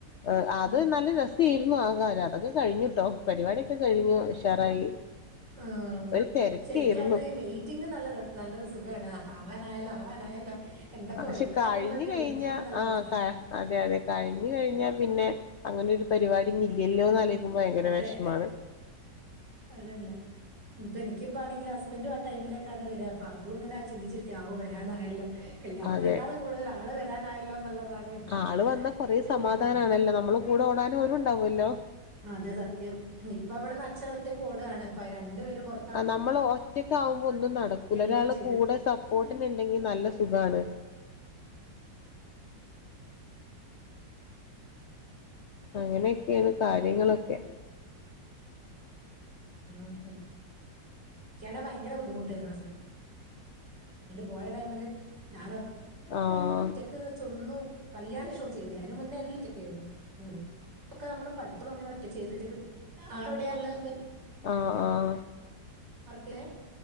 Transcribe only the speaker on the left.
ഹ് അത്
നല്ലൊരു രസേയ്രുന്നു ആ കാലം അതൊക്കെ കഴിഞ്ഞുട്ടോ. പരിപാടിയൊക്കെ കഴിഞ്ഞു ഉഷാറായി.
ഒരു തിരക്കായിരുന്നു
ക്ഷെ
കഴിഞ്ഞ് കഴിഞ്ഞ
ആഹ്.
അ അതെ അതെ കഴിഞ്ഞു കഴിഞ്ഞാൽ പിന്നെ അങ്ങനെരു പരിപാടി. പിന്നെ ഇല്ലല്ലോന്ന്
അലേക്കുമ്പോ ഭയങ്കര
വെഷ്മാണ്.
അതെ
ആള് വന്ന കൊറെേ
സമാധാനണല്ലോ
നമ്മളെ കൂടെ ഓടാൻ ഓരും ണ്ടാവുല്ലോ?.
ആഹ് നമ്മൾ ഒറ്റക്കാവുമ്പോ ഒന്നും നടക്കൂല
ഒരാള്
കൂടെ സപ്പോർട്ടിനുണ്ടെങ്കിൽ നല്ല സുഖാണ്. അങ്ങനെയൊക്കെയാണ് കാര്യങ്ങളൊക്കെ.
ആഹ്.
ആഹ് ആഹ്.